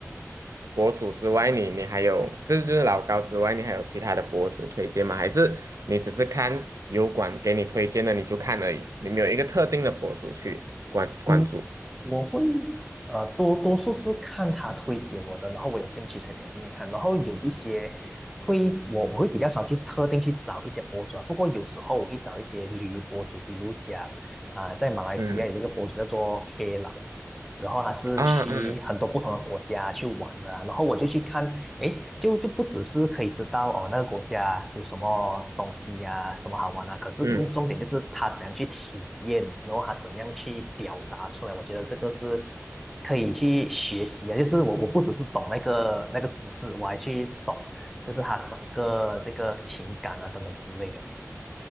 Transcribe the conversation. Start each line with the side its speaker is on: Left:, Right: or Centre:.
Right: 博主之外，你你还有这就是老高之外，你还有其他的博主推荐吗？还是你只是看油管给你推荐的你就看而已，你没有一个特定的博主去关关注？
Centre: 嗯，我会呃多多数是看他推给我的，然后我有兴趣才点进去看，然后有一些会我我会比较少去特定去找一些博主啊，不过有时候我会找一些旅游博主，比如讲啊、在马来西亚有一个博主叫做
Right: 嗯。
Centre: K 老。然后他是去很多不同的国家去玩的啊然后我就去看，
Right: 啊嗯
Centre: 诶，就就不只是可以知道哦那个国家有什么东西呀、什么好玩啊，可是更重点就是他怎样去体验，
Right: 嗯
Centre: 然后他怎样去表达出来，我觉得这个是可以去学习啊，就是我我不只是懂那个那个知识，我还去懂就是他整个这个情感啊等等之类的。